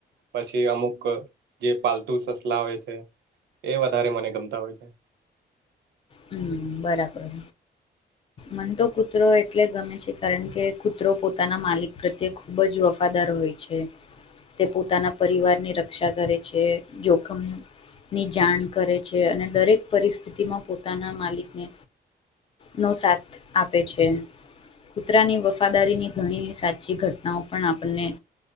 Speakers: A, on the right (about 85°); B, on the left (about 30°).
A: પછી અમુક જે પાલતુ સસલા હોય છે. એ વધારે મને ગમતા હોય છે.
B: હમ્મ બરાબર મન ત કૂતરો એટલે ગમે છે કારણ કે કૂતરો પોતાના માલિક પ્રત્યે ખુબ જ વફાદાર હોય છે તે પોતાના પરિવારની રક્ષા કરે છે જોખમ ની જાણ કરે છે અને દરેક પરિસ્થિતિમાં પોતાના માલિકને નો સાથ આપે છે. કૂતરાની વફાદારીની ઘણી સાચી ઘટનાઓ પણ આપણને